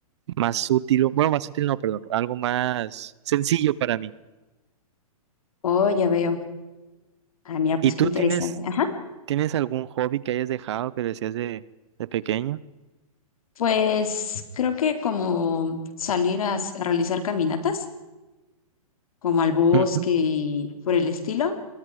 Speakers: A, on the right; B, on the left.
A: más útil, bueno, más útil no, perdón, algo más sencillo para mí.
B: Oh, ya veo. Ah, mira, pues
A: ¿Y tú
B: qué interesante.
A: tienes...
B: Ajá.
A: ¿Tienes algún hobby que hayas dejado que decías de, de pequeño?
B: Pues creo que como salir a, s- a realizar caminatas, como al bosque
A: Ujú.
B: y por el estilo,